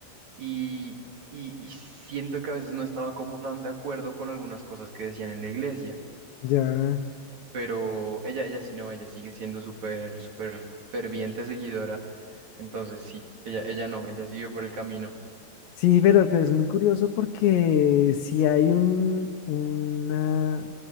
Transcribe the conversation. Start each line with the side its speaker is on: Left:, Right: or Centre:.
Right: y, y, y siento que a veces no estaba como tan de acuerdo con algunas cosas que decían en la iglesia
Left: Ya.
Right: pero ella, ella sí no, ella sigue siendo súper, súper ferviente seguidora. Entonces sí, ella, ella no, ella siguió por el camino.
Left: Sí, pero, pero es muy curioso porque si hay un, una,